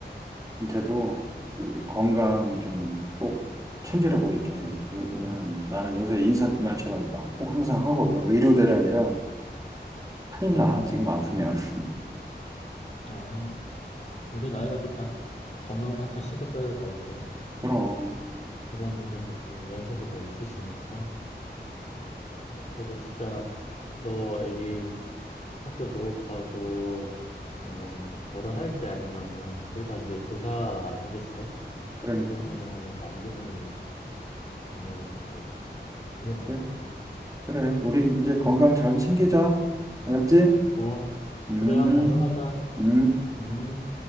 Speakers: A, on the right (about 20°); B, on the left (about 40°).
A: 한테도 그 건강
B: 어,
A: 좀
B: 음,
A: 꼭 챙기라고 이렇게
B: 음,
A: 요-
B: 또,
A: 그냥 나는 요새 인사말처럼 막 꼭 항상 하거든. 의료 대란이라 큰일 나.
B: 음,
A: 지금 아프면. <laughs>
B: 아, 우리 나이가 또 다 건강도 한참 신경 써야 될 나이고
A: 그럼.
B: 부모님들도 또 연세도 다 있으시니까 앞으로 진짜 너 애기 학교 졸업하고 뭐 결혼할 때 아니면은 거의 다 이제 조사 아니겠어?
A: 그러니까.
B: 좋은 일이 아니라 다 안 좋은 일로 만나게 될까 봐. 그게 걱정이네.
A: 그래. 그래. 우리 이제 건강 잘 챙기자. 알았지?
B: 어,
A: 음.
B: 그래야 건강하자.
A: 음.
B: 음.